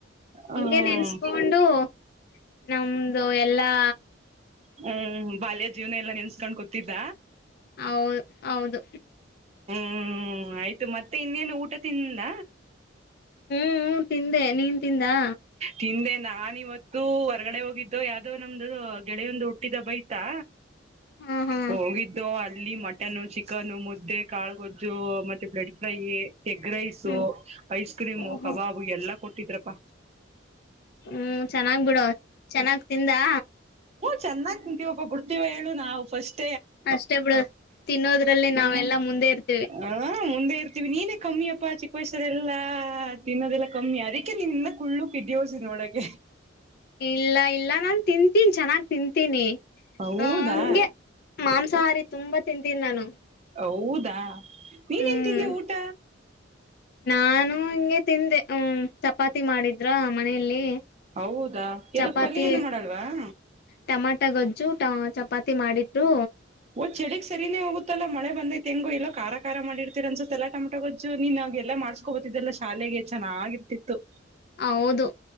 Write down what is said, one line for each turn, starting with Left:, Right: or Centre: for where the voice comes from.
Left: ಹಿಂಂಗಗೆ
Right: ಹ್ಮ್
Left: ನೆನ್ಸ್ಕೊಂಡು ನಮ ಅ ಎಲ್ಲಾ
Right: ಹ್ಮ ಬಾಲ್ಯ ಜೀವನ ಎಲ್ಲಾ ನೆನ್ಸ್ಕೊಂಡ್ ಕೂತಿದ್ದ
Left: ಹೌ ಹೌದು
Right: ಹ್ಮ್ ಆಯ್ತು ಮತ್ತೆ ಇನ್ನೇನು ಊಟ ತಿಂದ
Left: ಹ್ಮ್ ತಿಂದೆ ನೀನ್ ತಿಂದಾ
Right: ತಿಂದೇನೆ ನಾನ ಇಿವತ್ತು ಹೊರ್ಗಡೆ ಹೋಗಿದ್ದು ಯಾವ್ದೋ ನಮ್ದು ಗೆಳೆಯೊಂದು ಹುಟ್ಟಿದ ಬೈತಾ
Left: ಹಾ ಹಾ
Right: ಹೋಗಿದ್ದು ಅ ಅಲ್ಲಿ ಮಟನ್ನು ಚಿಕನ್ ಮುದ್ದೆ ಕಾಳುಗೊಜ್ಜು ಮತ್ತೆ ಬ್ರೆಡ್ ಫ್ರೈ ಎಗ್ ರೈಸು
Left: ಹ್ಮ್
Right: ಐಸ್ ಕ್ರೀಮು
Left: ಓಹೋ
Right: ಕಬಾಬು ಎಲ್ಲ ಇದ್ರಪ್ಪ
Left: ಹ್ಮ್ ಚೆನ್ನಾಗ್ ಬಿಡ ಚೆನ್ನಾಗ್ ಇದಂದಾ
Right: ಚೆನ್ನಾಗಿ್ ನಿಂತೀವಪ್ಪಬ ಬುಡ್ತೀವ ಹೇಳು ನಾವು ಫಸ್ಟ್
Left: ಅಷ್ಟೇ ಬಿಡ ತಿನ್ನೋದ್ರಲ್ಲಿ ನಾವೆಲ್ಲಾ ಮುಂದೆ ಇರ್ತವಿ
Right: ಹ ಮುಂದೆ ಇರ್ತೀವಿ ನೀನೇ ಕಮ್ಮಿ ಅಪ್ಪಾ ಚಿಕ್ಕ ವಯ್ಸರೆ ಎಲ್ಲಾ ತಿನ್ನೋದೆಲ್ಲ ಕಮ್ಮಿ ಅದಕ್ಕೆ ನೀನ್ನ ಕುಲುಕೆ ದ್ಯಸಿ ನೊಳಗೆ
Left: ಇಲ್ಲ ಇಲ್ಲ ನಾನ್ ತಿಂತೀನಿ ಚೆನ್ನಾಗ್ ತಿಂತೀನಿ
Right: ಹಊದಾ
Left: ಅ ಹಂಗೆ ಮಾಂಸಾಹಾರಿ ತುಂಬಾ ತಿಂತೀನಿ ನಾನು
Right: ಹೌದಾ ನೀನು
Left: ಹ್ಮ್
Right: ಏನು ತಿಂದೆ ಊಟ
Left: ನಾನು ಹಿಂಗೆ ತಿಂದೆ ಹ ಚಪಾತಿ ಮಾಡಿದ್ರ ಮನೆಯಲ್ಲಿ
Right: ಹೌದಾ
Left: ಚಪಾತಿ
Right: ಎದಕ್ ಪಲ್ಯ ಏನು ಮಾಡಲ್ವಾ
Left: ಟಮಾಟ ಗಜ್ಜುಟ ಚ ಚಪಾತಿ ಮಾಡಿದ್ರು
Right: ಓ್ ಚಳಿಗ್ ಸರಿನೇ ಹೋಗುತ್ತಲ್ಲ ಮಳೆ ಬಂದೈತೆ ಹೆಂಗ ಇಲ್ಲೋ ಖ ಖ ಮಾಡಿರ್ತೀರ ಅನ್ಸುತ್ತೆ ಎಲ್ಲ ಟೊಮೊಟೊ ಗೊಜ್ಜು ನೀನ್ ಎಲ್ಲ ಮಾಡಸ್ಕೊ ಬತಿದ್ದಲ್ಲ ಶಾಲೆಗೆ ಚೆನ್ನಾಗಿರ್ತಿತ್ತು
Left: ಹೌದು